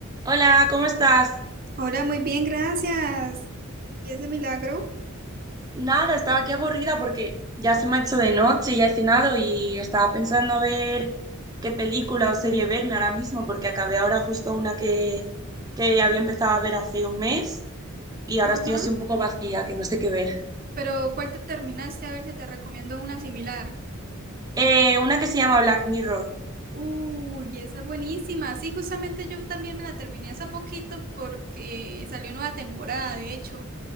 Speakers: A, on the right; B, on the right.
A: Hola, ¿cómo estás?
B: Hola, muy bien, gracias. ¿Y ese milagro?
A: Nada, estaba aquí aburrida porque ya se me ha hecho de noche, ya he cenado y estaba pensando a ver qué película o serie verme ahora mismo porque acabé ahora justo una que, que había empezado a ver hace un mes y ahora
B: Ajá.
A: estoy así un poco vacía, que no sé qué ver.
B: Pero ¿cuál te terminaste? A ver si te recomiendo una similar.
A: Eh, una que se llama Black Mirror.
B: Uy, esa es buenísima. Sí, justamente yo también me la terminé hace poquito porque salió nueva temporada, de hecho.